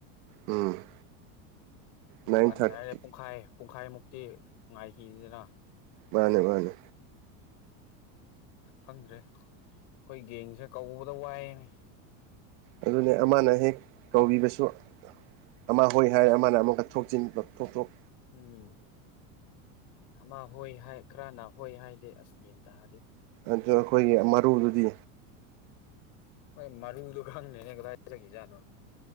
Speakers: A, on the right; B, on the left.
A: ꯎꯝ
B: ꯃꯥꯄꯜ
A: ꯅꯥꯏꯟ ꯊꯥꯔꯇꯤ
B: ꯍꯥꯏꯔꯦ ꯄꯨꯡꯈꯥꯏ ꯄꯨꯡꯈꯥꯏꯃꯨꯛꯇꯤ ꯉꯥꯏꯈꯤꯗꯅ
A: ꯃꯥꯅꯦ ꯃꯥꯅꯤ
B: ꯈꯪꯗ꯭ꯔꯦ ꯑꯩꯈꯣꯏ ꯒꯦꯡꯁꯦ ꯀꯧꯕꯗ ꯋꯥꯏꯅꯦ
A: ꯑꯗꯨꯅꯦ ꯑꯃꯅ ꯍꯦꯛ ꯀꯧꯕꯤꯕꯁꯨ ꯑꯃ ꯍꯣꯏ ꯍꯥꯏ ꯑꯃꯅ ꯑꯃꯨꯛꯀ ꯊꯣꯛꯆꯤꯟ ꯊꯣꯛꯣꯛ
B: ꯎꯝ ꯑꯃ ꯍꯣꯏ ꯍꯥꯏ ꯈꯔꯅꯍꯣꯏ ꯍꯥꯏꯗꯤꯦ ꯑꯁ ꯌꯦꯟ ꯇꯥꯗꯤ
A: ꯑꯗꯨ ꯑꯩꯈꯣꯏꯒꯤ ꯃꯔꯨꯗꯨꯗꯤ
B: ꯍꯣꯏ ꯃꯔꯨꯗꯣ ꯈꯪꯅꯦꯅꯦ ꯀꯗꯥꯏꯖꯈꯤꯖꯥꯠꯅꯣ